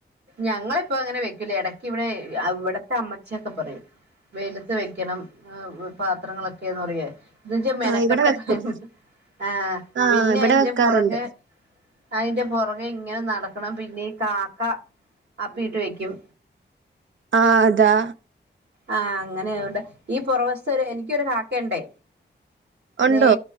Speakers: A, on the right; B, on the right.
A: ഞങ്ങളിപ്പോ അങ്ങനെ വെക്കൂലേ എടക്ക് ഇവിടെ അഇവിടുത്തെ അമ്മച്ചിയൊക്കെ പറയും വെയിലത്ത് വെക്കണം പാത്രങ്ങളൊക്കെന്ന് പറയേ ഇത് വെച്ചാ മെനക്കെട്ട
B: ആഹ് ഇവിടെ വെക്കും
A: പണിയാ ആ
B: ആഹ്
A: പിന്നെയി
B: ഇവിടെ വെക്കാറുണ്ട്
A: പൊറകെ അയിന്റെ പുറകെ ഇങ്ങനെ നടക്കണം പിന്നെ ഈ കാക്ക അപ്പീട്ട് വെക്കും
B: ആഹ് അതാ
A: ആ അങ്ങനെ ആയോണ്ട് ഈ പുറവശത്തൊരു എനിക്കൊരു കാക്കയുണ്ടേ
B: ഉണ്ടോ
A: നേ